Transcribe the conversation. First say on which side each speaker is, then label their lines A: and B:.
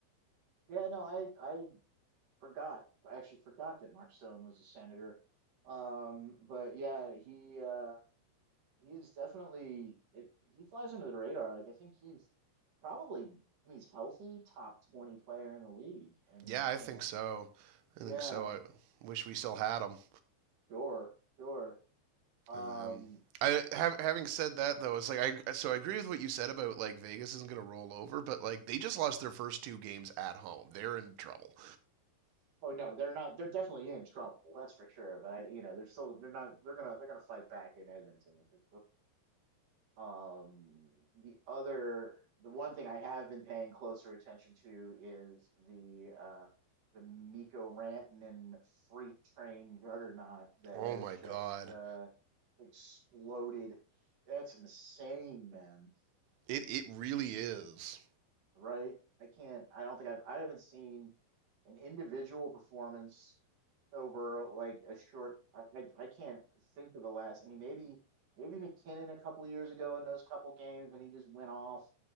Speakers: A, on the right (about 50°); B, on the right (about 80°).
A: Yeah, no, I I forgot. I actually forgot that Mark Stone was a senator. Um, but yeah, he uh He's definitely it, he flies under the radar. Like I think he's probably when he's healthy, top 20 player in the league. And
B: Yeah, I
A: you
B: think
A: know,
B: so.
A: yeah,
B: I think so. I wish we still had him.
A: sure, sure. Um,
B: Um, I
A: s-
B: have, having said that though, it's like I so I agree with what you said about like Vegas isn't going to roll over, but like they just lost their first two games at home. They're in trouble.
A: oh no, they're not. They're definitely in trouble. That's for sure. But I, you know, they're still they're not they're gonna they're gonna fight back in Edmonton for sure. Um, the other, the one thing I have been paying closer attention to is the uh, the Miko Rantanen freight train juggernaut that
B: Oh
A: has
B: my
A: just
B: god.
A: uh, exploded. That's insane, man.
B: It it really is.
A: Right? I can't. I don't think I've. I haven't seen an individual performance over like a short I, I I can't think of the last. I mean maybe maybe McKinnon a couple of years ago in those couple games when he just went off.